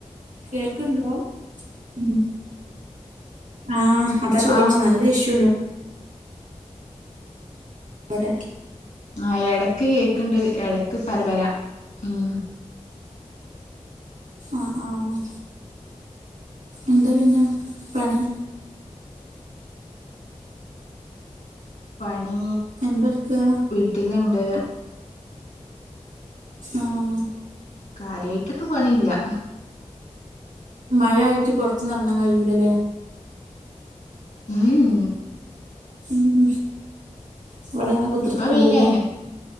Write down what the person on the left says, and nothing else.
ആഹ്
ആഹ് എടക്ക് കേക്ക്ണ്ട് എടക്ക് പരപരാ ഉം
പണി
വീട്ടിലുണ്ട്
കാര്യയിട്ട്ക്ക് പണില്ല
ഉം
ഇപ്പൊ വെയിലായിന്